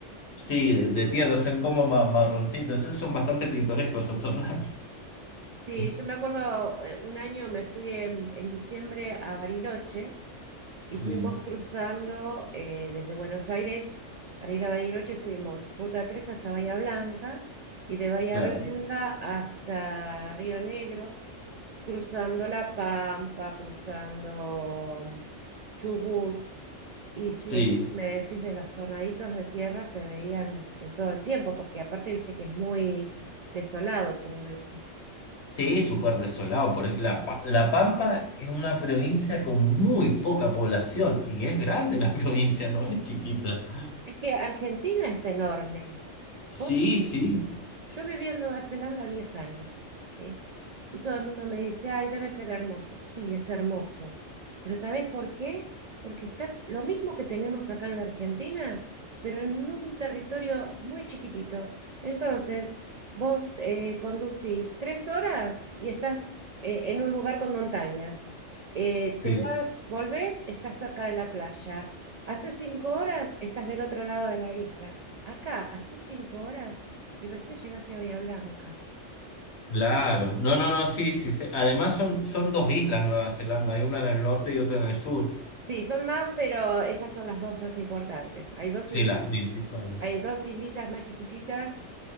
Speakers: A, on the left; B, on the right.
A: Sí, de, de tierra, son como ma- marroncitos. Entonces son bastante pintorescos esos tornados.
B: Sí,
A: <laughs>
B: yo me acuerdo, eh, un año me fui en, en diciembre a Bariloche y
A: Sí,
B: fuimos cruzando eh, desde Buenos Aires para ir a Bariloche, fuimos ruta 3 hasta Bahía Blanca y de Bahía
A: claro.
B: Blanca hasta Río Negro, cruzando La Pampa, cruzando mm, Chubut, Y si
A: Sí.
B: es, me decís de los tornaditos de tierra, se veían en todo el tiempo, porque aparte viste que es muy desolado todo eso.
A: Sí, súper desolado, porque la, Pa- La Pampa es una provincia con muy poca población y es grande la <laughs> provincia, no es chiquita.
B: Es que Argentina es enorme.
A: Sí,
B: Vos
A: sí,
B: Yo viví en Nueva Zelanda 10 años, ¿sí? Y todo el mundo me dice, ay, debe ser hermoso. Sí, es hermoso. Pero ¿sabés por qué? Porque está lo mismo que tenemos acá en la Argentina, pero en un territorio muy chiquitito. Entonces, vos eh, conducís tres horas y estás eh, en un lugar con montañas. Eh,
A: sí,
B: te vas, volvés, estás cerca de la playa. Hace cinco horas estás del otro lado de la isla. Acá, hace cinco horas y recién llegaste a Bahía Blanca.
A: claro. No, no, no, sí, sí. sí. Además son, son dos islas Nueva Zelanda, hay una en el norte y otra en el sur.
B: Sí, son más, pero esas son las dos más importantes. Hay dos
A: Sí,
B: islitas,
A: las principales.
B: hay dos islitas más chiquititas,